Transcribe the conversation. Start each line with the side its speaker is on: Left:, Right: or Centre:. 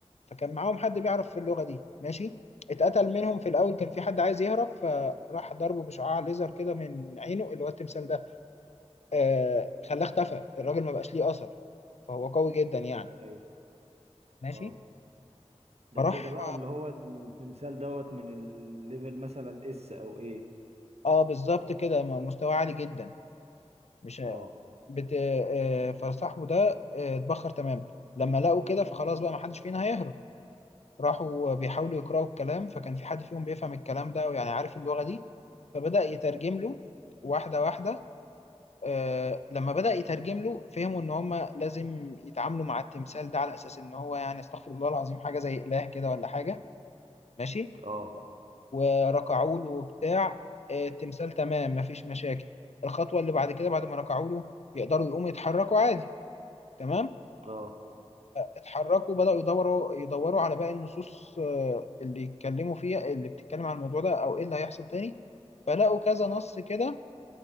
Left: فكان معاهم حد بيعرف في اللغة دي ماشي اتقتل منهم في الأول كان في حد عايز يهرب فراح ضربه بشعاع ليزر كده من عينه اللي هو التمثال ده آه خلاه اختفى الراجل ما بقاش ليه أثر فهو قوي جدا يعني
Right: ايوه
Left: ماشي
Right: اه ده
Left: فراح
Right: كده بقى اللي هو التمثال دوت من الليفل مثلا اس او ايه
Left: اه بالظبط كده م- مستوى عالي جدا مش
Right: اه
Left: بت... آه فصاحبه ده آه اتبخر تمام لما لقوا كده فخلاص بقى ما حدش فينا هيهرب راحوا بيحاولوا يقرأوا الكلام فكان في حد فيهم بيفهم الكلام ده ويعني عارف اللغة دي فبدأ يترجم له واحدة واحدة آه، لما بدأ يترجم له فهموا إن هما لازم يتعاملوا مع التمثال ده على أساس إن هو يعني استغفر الله العظيم حاجة زي إله كده ولا حاجة ماشي
Right: اه
Left: وركعوا له وبتاع آه، التمثال تمام مفيش مشاكل الخطوة اللي بعد كده بعد ما ركعوا له يقدروا يقوموا يتحركوا عادي تمام
Right: اه
Left: اتحركوا بدأوا يدوروا يدوروا على باقي النصوص آه، اللي يتكلموا فيها اللي بتتكلم عن الموضوع ده او ايه اللي هيحصل تاني فلقوا كذا نص كده